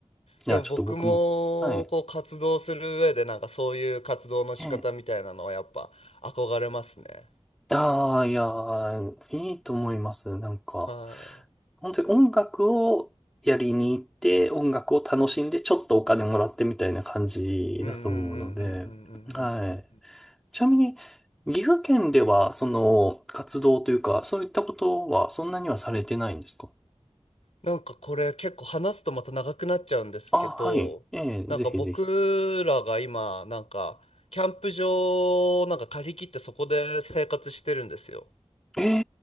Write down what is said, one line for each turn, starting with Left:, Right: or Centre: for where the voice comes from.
Centre: いや、
Left: でも僕もこう活動する上でなんかそういう活動の仕方みたいなのはやっぱ憧れますね。
Centre: ちょっと僕も。はい。ええああ、いやー、いいと思います。なんか、
Left: はい。
Centre: 本当に音楽をやりに行って、音楽を楽しんで、ちょっとお金もらってみたいな感じだと思うので、
Left: うんうんうんうんうんうんうんうんうん。
Centre: はい。ちなみに、岐阜県では、その、活動というか、そういったことは、そんなにはされてないんですか
Left: なんかこれ結構話すとまた長くなっちゃうんですけど、
Centre: あ、はい。ええ、
Left: なんか僕らが今なんかキャンプ場をなんか借り切ってそこで生活してるんですよ。
Centre: ぜひぜひ。え